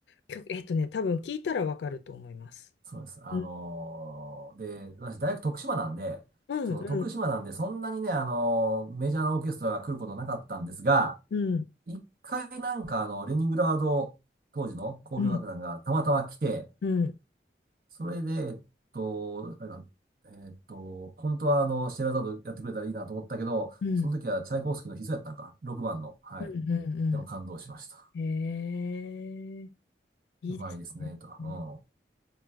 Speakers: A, on the left; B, on the right.
A: 曲、えっとね、多分聞いたらわかると思います。
B: そうです。あの、
A: うん、
B: で、私大学徳島なんで、
A: うん、
B: その徳島なんで、
A: うん、
B: そんなにね、あの、メジャーなオーケストラが来ることなかったんですが、
A: うん、
B: 一回なんかあの、レニングラード当時の交響楽団がたまたま来て、
A: うん、うん、
B: それで、えっと、あれだ、えっと、本当はあの、シェエラザードやってくれたらいいなと思ったけど、
A: うん、
B: その時はチャイコフスキーの必須やったのか、6番の。はい。
A: うんう
B: でも感動しました。
A: ん。へえ、いいです
B: うまいですね、と。
A: ね。